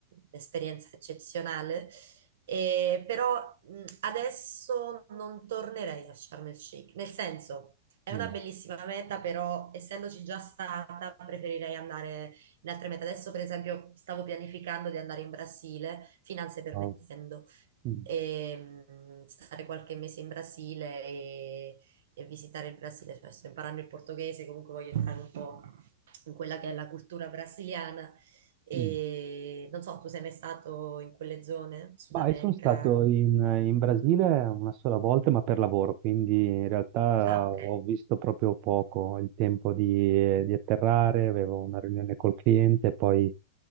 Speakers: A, on the right (about 70°); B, on the right (about 45°).
A: un'esperienza eccezionale, E però mm, adesso non tornerei a Sharm el Sheikh, nel senso è
B: mm,
A: una bellissima meta, però essendoci già stata preferirei andare in altre mete. Adesso per esempio stavo pianificando di andare in Brasile, finanze permettendo
B: wow, mm,
A: e mh, stare qualche mese in Brasile e, e visitare il Brasile. Cioè, sto imparando il portoghese, comunque voglio entrare un po' in quella che è la cultura brasiliana. E
B: mm.
A: non so, tu sei mai stato in quelle zone, Sud
B: Ma
A: America?
B: io sono stato in, in Brasile una sola volta, ma per lavoro, quindi in realtà
A: Ah,
B: ho
A: ok.
B: visto proprio poco il tempo di, di atterrare, avevo una riunione col cliente, poi